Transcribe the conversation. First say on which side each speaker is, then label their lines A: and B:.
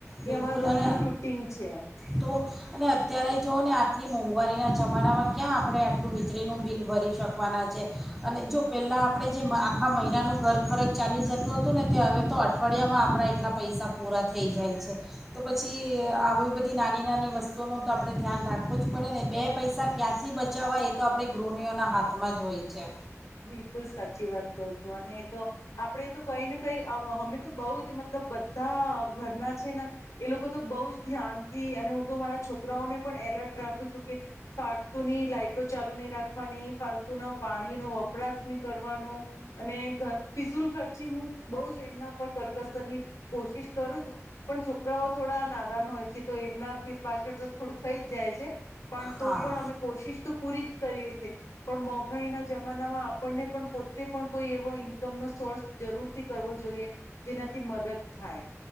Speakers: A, on the left; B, in the centre.
A: એ
B: બિલકુલ
A: અમાર રોજનું
B: અને
A: રૂટીન છે.
B: તો અને અત્યારે જુઓ ને આટલી મોંઘવારીના જમાનામાં ક્યાં આપણે આટલું વીજળીનું બિલ ભરી શકવાના છે અને જો પહેલાં આપણે જેમ આખા મહિનાનું ઘર ખરચ ચાલી જતું હતું ને તે હવે તો અઠવાડિયામાં આપણા એટલા પૈસા પૂરા થઈ જાય છે તો પછી આવી બધી નાની નાની વસ્તુઓનું તો આપણે ધ્યાન રાખવું જ પડે ને બે પૈસા ક્યાંથી બચાવવા એ તો આપણી ગૃહણીઓના હાથમાં જ હોય છે.
A: બિલકુલ સાચી વાત કઉ છું અને એ તો આપડે તો કઈ ને કઈ હમેં. બહ જ મતલબ બધા ઘરના છે ને એ લોકો તો બઉુ ધ્યાન થી અને હું તો મારા છોકરાઓને પણ એલર્ટ રાખું છું કે ફાલતુ ની લાઈટો ચાલુ નહી રાખવાની ફાલતુ ના પાણી નો વપ કપરાશની કરવાનો અને ફિઝુલ ખર્ચી હું બહ જ એમના પર કરકસર ની કોશિશ કરું છું પણ છોકરાઓ થોડા નાદાન હોય છે તો એમના પાછળ તો થોડું થઈ જ જાય છે. પણ તો
B: હા
A: પણ અમે કોશિશ તો પૂરી જ કરીએ છીએ. પણ મોંઘાઈ ના જમા આપને પણ પોતે પણ કોઈ એવો ઈન્કમનો સોર્સ જરૂરથી કરવો જોઈએ જેનાથી મદદ થાય.